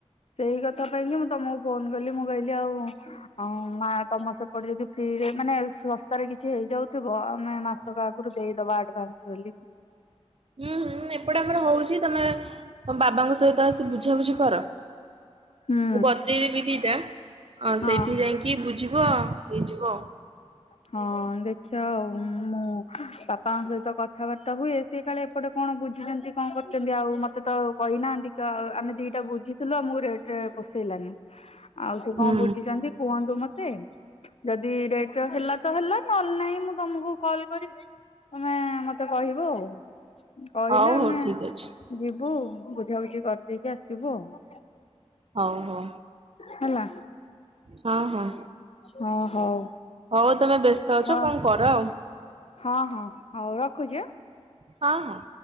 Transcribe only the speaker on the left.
ସେଇ କଥା ପାଇଁ କି ମୁଁ ତମକୁ ଫୋନ କଲି ମୁଁ କହିଲି ଆଉ ଅଁ ମା ତମ ସେପଟେ ଯଦି ଫ୍ରିରେ ମାନେ ଶସ୍ତାରେ କିଛି ହେଇଯାଉଥିବ ଆମେ ମା ସକ ଆଗରୁ ଦେଇଦବା ଆଡଭାନ୍ସ ବୋଲିକି।
ହୁଁ
ହଁ
ହଁ ଦେଖିଆ ଆଉ ମୁଁ ବାପ ବାପାଙ୍କ ସହିତ କଥାବାର୍ତ୍ତା ହୁଏ ସେଏ କାଳେ ଏପଟେ କଣ ବୁଝୁଛନ୍ତି କଣ କରୁଛନ୍ତି ଆଉ ମତେ ତ ଆଉ କହିନାହାଁନ୍ତି କି ତ ଆଉ ଆମେ ଦିଟା ବୁଝିଥିଲୁ ଆମକୁ ରେଟେ ପୋସେଇଲାନି। ଆଉ ସେ
କଣ ବୁଝିଛନ୍ତି କୁହନ୍ତୁ ମତେ ଯଦି ରେଟ ହେଲା ତ ହେଲା ନହେଲେ ନାହିଁ ମୁଁ ତମକୁ କଲ୍ କରିବି ତମେ ମ ତେ କହିବ ଆଉ କହିଲେ
ଆମେ
ଯିବୁ ବୁଝାବୁଝି କରିଦେଇକି ଆସିବୁ ଆଉ
ହେଲା।
ହଁ ହଉ।
ହଁ
ହଁ ହଁ ହଉ ରଖୁଛି ଆ?